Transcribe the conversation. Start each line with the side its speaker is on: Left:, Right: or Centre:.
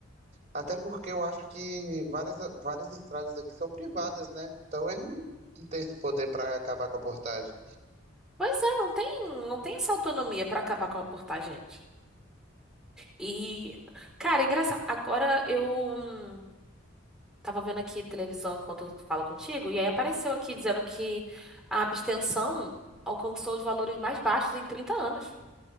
Right: Até porque eu acho que várias, várias estradas aqui são privadas, né? Então ele não, não tem esse poder para acabar com a portagem.
Centre: Pois é, não tem, não tem essa autonomia pra acabar com a portagem, gente. E, cara, é engraçado. Agora eu hum, tava vendo aqui televisão enquanto eu falo contigo, e aí apareceu aqui dizendo que a abstenção alcançou os valores mais baixos em 30 anos.